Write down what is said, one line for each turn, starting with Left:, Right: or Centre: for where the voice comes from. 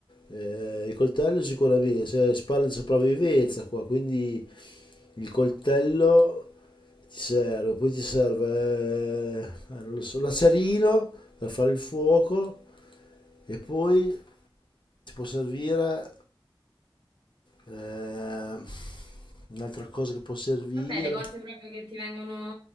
Left: Eh, il coltello sicuramente, se si parla di sopravvivenza qua, quindi il coltello ti serve, poi ti serve, eh, non lo so, l'acerino per fare il fuoco e poi ti può servire Ehm, un'altra cosa che può servire,
Right: Vabbè, le cose proprio che ti vengono